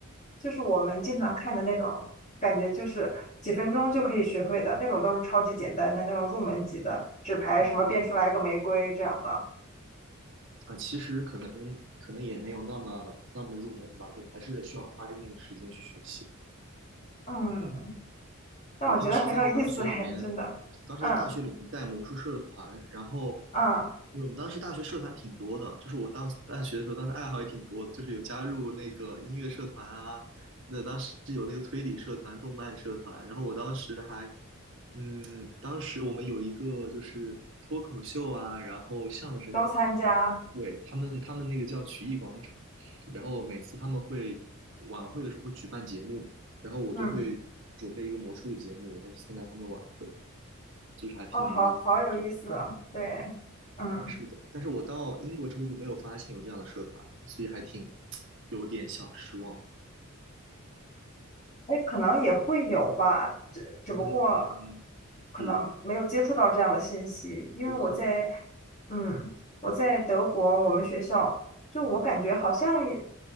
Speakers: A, on the left; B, on the right.
A: 就是我们经常看的那种，感觉就是几分钟就可以学会的那种，都是超级简单的那种入门级的纸牌，
B: 嗯
A: 什么变出来一个玫瑰这样的。
B: 啊，其实可能可能也没有那么那么入门吧，就还是需要花一定的时间去学习的
A: 嗯，
B: 嗯，
A: 但我觉得很有意思哎，
B: 我当时在大学里面，
A: 真的。
B: 我当时在大学里面带魔术社团，
A: 嗯
B: 然后
A: 嗯，
B: 就是我们当时大学社团挺多的，就是我当大学的时候，当时爱好也挺多的，就是有加入那个音乐社团啊，那当时有那个推理社团、动漫社团，然后我当时还，嗯，当时我们有一个就是脱口秀啊，然后相声，
A: 都参加。
B: 对，他们他们那个叫曲艺广场，然后每次他们会晚会的时候会举办节目。然后我就会准备一个魔术的节目，
A: 嗯，
B: 然后去参加他们的晚会，就是还挺有意思的，
A: 哦，好好有意思啊。
B: 我觉得。
A: 对，嗯。
B: 是的，但是我到英国之后就没有发现有这样的社团了，所以还挺 <tsk> 有点小失望。
A: 哎，可能也会有吧，只只不过
B: 嗯嗯，
A: 可能没有接触到这样的信息，
B: 是
A: 因为我在，
B: 有可能，
A: 嗯，我在德国，我们学校就我感觉好像也